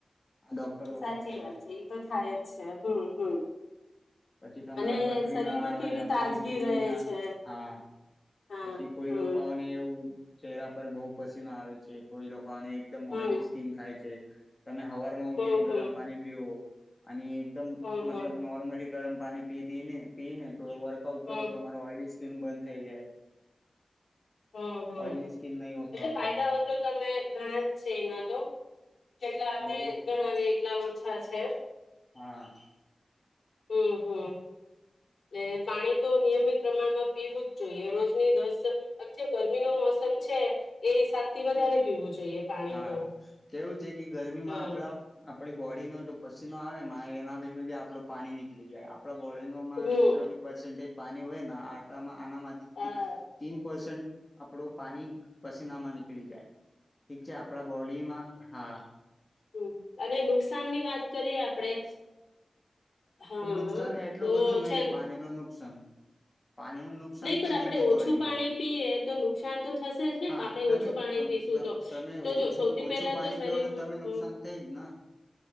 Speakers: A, on the left; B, on the left.
A: આ ડોક્ટર લોકો
B: સાચી
A: કે
B: વાત છે ઈ તો થાય જ છે હમ હમ
A: પછી તમારા
B: અને
A: પથરી
B: શરીરમાં
A: ના
B: કેવી
A: યા પછી
B: તાજગી
A: કીડની
B: રહે
A: ના
B: છે
A: હા
B: હા
A: પછી
B: હમ
A: કોઈ લોકોને એવું ચહેરા પર બહુ પસીનો આવે છે કોઈ એકદમ
B: હમ
A: ઓઈલી સ્કીિન થાય છે તમે હવારમાં ઉઠીને
B: હમ
A: ગરમ
B: હમ
A: પાણી પીઓ અને એક એકદમ
B: હમ
A: મતલબ
B: હમ
A: નોર્મલી ગરમ પાણી પી દઈ ને પી ને તો વર્કઆઉટ કરો
B: હમ
A: તો તમારા ઓયલી સ્કીન બંધ થઈ જાય.
B: હમ હમ
A: ઓઈલી સ્કીન નહી
B: એટલે
A: થવાનું
B: ફાયદા હોય તો તમે ગણા જ છે એમાં તો કેટલા આપણે
A: બઉ
B: ગણાવીએ એટલા અ છે.
A: હા
B: હમ હમ એ પાણી તો નિયમિત પ્રમાણમાં પીવું જ જોઈએ રોજની દસ જે ગરમીનો મોસમ છે એ હિસાબથી વધારે પીવું જોઈએ. પાણી
A: હા
B: તો
A: કેવું છે કે ગરમીમાં
B: હા
A: આપડા આપડી બોડીનો પછીનો આવે મા એના બી આપડું પાણી નીકળી જાય. આપણા બોડીનોમાં
B: હમ
A: જેટલો બી પર્સેન્ટેજ પાણી હોયને આટામાં આનામાંથી
B: હા
A: તીન પરસન્ટ આપણો પાણી પસીનામાં નીકળી જાય. ઠીક છે આપડા બોડીમાં હા
B: હમ અને નુકસાનની વાત કરીએ આપડે હા
A: તો નુકસાન એટલું
B: તો
A: બધુ
B: છે
A: નહી પાણીનું નુકસાન પાણીનું નુકસાન
B: નહી પણ
A: છે
B: આપણે
A: જ
B: ઓછું
A: બોડીમાં
B: પાણી પીએ તો નુકસાન તો થશે જ ને
A: હા
B: પા આપણે
A: તમે
B: ઓછું પાણી પીશું તો
A: તમે
B: તો
A: ઓછું
B: જો સૌથી
A: ઓછું
B: પહેલા
A: પાણી
B: તો શરીરમાં
A: પીવો તમે
B: હમ
A: નુકસાન થઈ જ ને